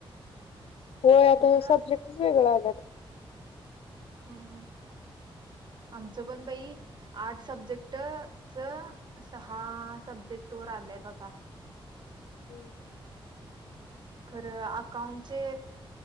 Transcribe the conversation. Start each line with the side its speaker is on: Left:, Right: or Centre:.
Left: होय आता
Right: एक एक
Left: सब्जेक्टच
Right: अस
Left: वेगळा आल्यात
Right: हम्म हम् आमचं पण बाई आठ सब्जेक्ट च सहा सब्जेक्ट वर आले आहेत आता
Left: ठीक
Right: खरं अकाउंटचे